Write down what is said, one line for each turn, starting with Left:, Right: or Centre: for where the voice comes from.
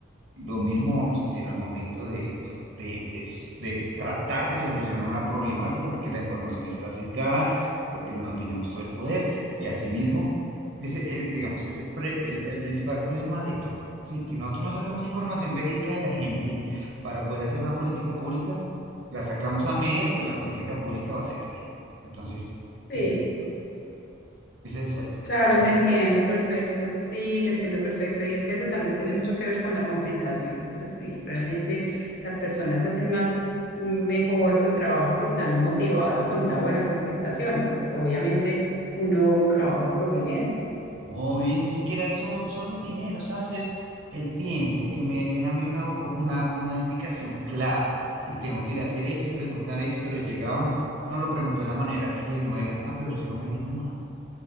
Right: lo mismo vamos a hacer al momento de, de, de s- de tratar de solucionar una problemática porque la información está sesgada, porque no tenemos todo el poder y asimismo, ese es, digamos, es el, pre- el, el principal problema de todo. ¿sí? Si nosotros no sacamos información verídica de la gente para poder hacer una política pública, la sacamos a medias, pues la política pública va a ser a medias. Entonces,
Left: <laughs>
Right: ese, es-
Left: Sí.
Right: ese es el problema.
Left: Claro,
Right: Entonces,
Left: te entiendo, perfecto. Sí, te entiendo, perfecto. Y es que eso también tiene mucho que ver con la compensación. Pues sí, realmente las personas hacen más mm, mejor su trabajo si están motivadas con una buena compensación. Pues obviamente uno trabaja por dinero.
Right: Obvio, y ni siquiera es so- solo el dinero, ¿sabes? Es el tiempo, que me den a mí una, o- una, una indicación clara. Si tengo que ir a hacer eso y preguntar eso, pero llegaban, no lo preguntó de la manera que no era. Ah, pero usted no me dijo nada.